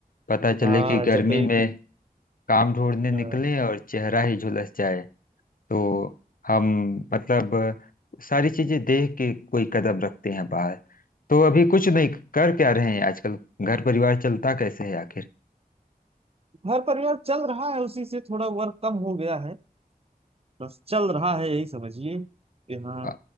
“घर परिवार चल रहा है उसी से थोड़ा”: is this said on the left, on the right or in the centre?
Right